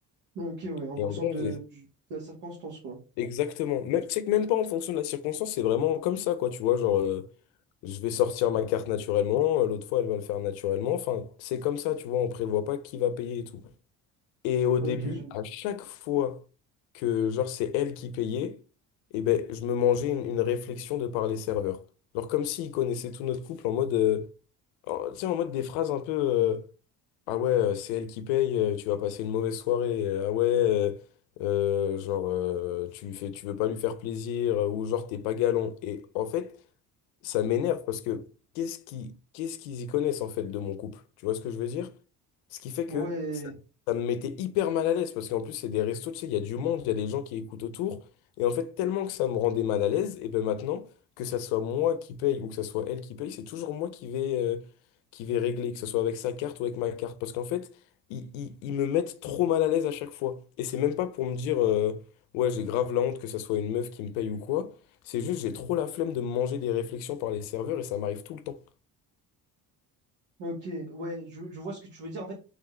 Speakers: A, on the right; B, on the left.
A: Ok, ouais, en fonction
B: Et en gros,
A: de,
B: on faisait-
A: du- de la circonstance, quoi.
B: exactement. Même, tu sais que même pas en fonction de la circonstance, c'est vraiment comme ça, quoi, tu vois, genre. euh, Je vais sortir ma carte naturellement, euh, l'autre fois elle va le faire naturellement. Enfin, c'est comme ça, tu vois, on prévoit pas qui va payer et tout. Et au
A: Ok,
B: début,
A: je...
B: à chaque fois que genre c'est elle qui payait, et ben je me mangeais une, une réflexion de par les serveurs. Genre comme s'ils connaissaient tout notre couple en mode, euh, en- tu sais, en mode des phrases un peu, euh, ah ouais, euh, c'est elle qui paye, euh, tu vas passer une mauvaise soirée. Euh, Ah ouais, euh, euh, genre, euh, tu lui fais, tu veux pas lui faire plaisir, euh, ou genre, t'es pas galant. Et en fait, ça m'énerve parce que qu'est-ce qui, qu'est-ce qu'ils y connaissent en fait de mon couple? Tu vois ce que je veux dire? Ce qui fait que
A: ouais,
B: ça, ça me mettait hyper mal à l'aise parce qu'en plus, c'est des restos, tu sais, il y a du monde, il y a des gens qui écoutent autour. Et en fait, tellement que ça me rendait mal à l'aise, et ben maintenant, que ça soit moi qui paye ou que ça soit elle qui paye, c'est toujours moi qui vais, euh, qui vais régler, que ce soit avec sa carte ou avec ma carte. Parce qu'en fait, ils, ils- ils me mettent trop mal à l'aise à chaque fois. Et c'est même pas pour me dire, euh, ouais, j'ai grave la honte que ça soit une meuf qui me paye ou quoi. C'est juste, j'ai trop la flemme de me manger des réflexions par les serveurs et ça m'arrive tout le temps.
A: ok, ouais, je, je vois ce que tu veux dire. En fait,